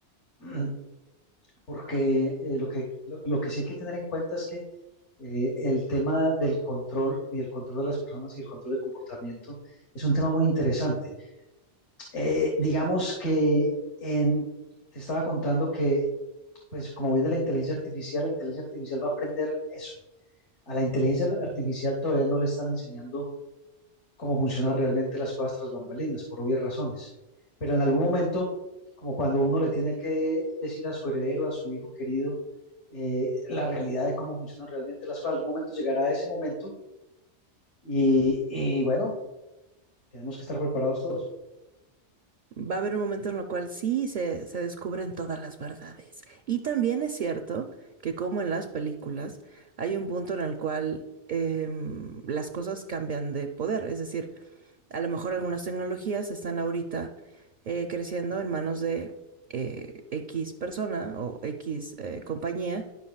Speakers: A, on the left; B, on the right.
A: <clears throat> Porque eh, lo que, lo, lo que sí hay que tener en cuenta es que eh, el tema del control y el control de las personas y el control del comportamiento es un tema muy interesante Eh, digamos que en, te estaba contando que, pues como viene la inteligencia artificial, la inteligencia artificial va a aprender eso. A la inteligencia artificial todavía no le están enseñando cómo funcionan realmente las cosas tras bambalinas, por obvias razones. Pero en algún momento, como cuando uno le tiene que decir a su heredero, a su hijo querido, eh, la realidad de cómo funcionan realmente las cosas, algún momento llegará ese momento y, y bueno, tenemos que estar preparados todos.
B: Va a haber un momento en el cual sí se, se descubren todas las verdades. Y también es cierto que como en las películas, hay un punto en el cual em, las cosas cambian de poder. Es decir, a lo mejor algunas tecnologías están ahorita eh, creciendo en manos de eh, X persona o X eh, compañía,